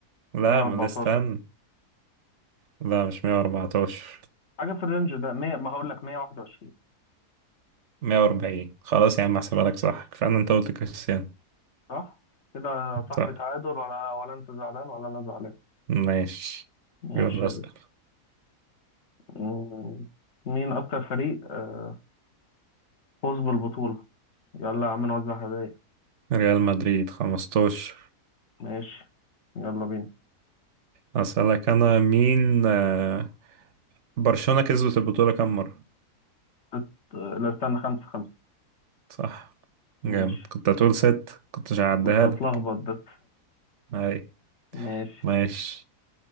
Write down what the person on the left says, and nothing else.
114،
حاجة في الرينج ده، 100 ما هقول لك 121،
صح كده يا صاحبي
تعادل ولا ولا انت زعلان ولا انا زعلان
ماشي
يا
باشا مم. مين اكتر فريق آه، فوز بالبطولة يلا يا عم نوزع هدايا
ماشي يلا بينا
ست... آه، لا استنى خمسة خمسة
ماشي
كنت اتلخبط
بس
<laughs> ماشي